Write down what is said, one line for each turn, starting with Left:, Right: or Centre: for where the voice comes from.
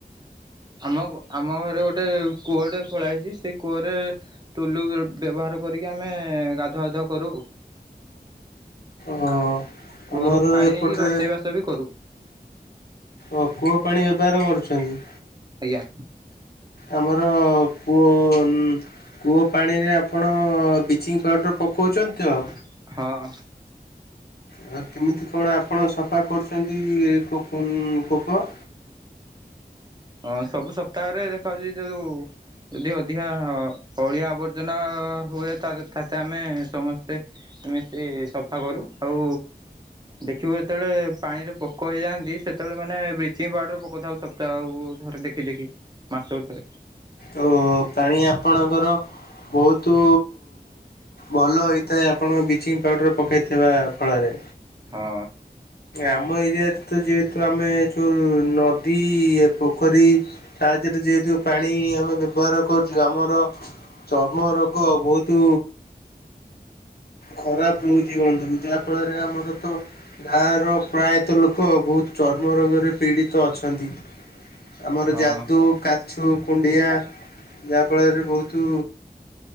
Right: ଆମ ଆମ ଘରେ ଗୋଟେ କୂଅଟେ ଖୋଳା ହେଇଛି ସେଇ କୂଅରେ ଟୁଲୁ ଦେଇ ବ୍ୟବହାର କରିକି ଆମେ ଗାଧୁଆ ଧୁଆ କରୁ।
Left: ହଁ
Right: କୂଅରୁ
Left: ଆମର
Right: ପାଣି
Left: ଏପଟେ
Right: ନେଇକି ରୋଷେଇ ବାସ ବି କରୁ
Left: ଓ କୂଅ ପାଣି ବ୍ୟବହାର କରୁଛନ୍ତି।
Right: ଆଜ୍ଞା।
Left: ଆମର କୂଅ କୂଅ ପାଣିରେ ଆପଣ ବ୍ଲିଚିଂ ପାଉଡ଼ର ପକଉଚନ୍ତି ତ?
Right: ହଁ।
Left: ଆଉ କେମିତି କଣ ଆପଣ ସଫା କରୁଛନ୍ତି କୂ-କୂପ?
Right: ହଁ ସବୁ ସପ୍ତାହରେ ଦେଖାଯାଉଛି ଯୋଉ ଯଦି ଅଧିକା ଅଳିଆ ଆବର୍ଜନା ହୁଏ ତାରେ ତା ତା ଆମେ ସମସ୍ତେ ମିଶି ସଫା କରୁ ଆଉ ଦେଖିବୁ ଯେତବେଳେ ପାଣିରେ ପୋକ ହେଇଯାନ୍ତି ସେତବେଳେ ମାନେ ବ୍ଲିଚିଂ ପାଉଡର ପକଉଥାଉ ସପ୍ତାହକୁ। ଧରେ ଦେଖି ଦେଖି ମାସକୁ ଥରେ।
Left: ଓ ହୋ ପାଣି ଆପଣଙ୍କର ବହୁତୁ ଭଲ ହେଇଥାଏ ଆପଣଙ୍କ ବ୍ଲିଚିଂ ପାଉଡର। ପକେଇଥିବା ଫଳରେ।
Right: ହଁ
Left: ଆମ ଏରିଆରେ ତ ଯେହେତୁ ଆମେ ଯୋଉ ନଦୀ, ପୋଖରୀ ତା ଧିଅରେ ଯେହେତୁ ପାଣି ଆମେ ବ୍ୟବହାର କରୁ ଆମର ଚର୍ମ ରୋଗ ବହୁତୁ ଖରାପ ରହୁଛି ବନ୍ଧୁ ଯାହା ଫଳରେ ଆମର ତ ଗାଁର ପ୍ରାୟତଃ ଲୋକ ବହୁତ ଚର୍ମ ରୋଗରେ ପୀଡ଼ିତ ଅଛନ୍ତି। ଆମର
Right: ହଁ
Left: ଯାଦୁ,
Right: ତ
Left: କାଛୁ, କୁଣ୍ଡିଆ ଯାହାଫଳରେ ବହୁତୁ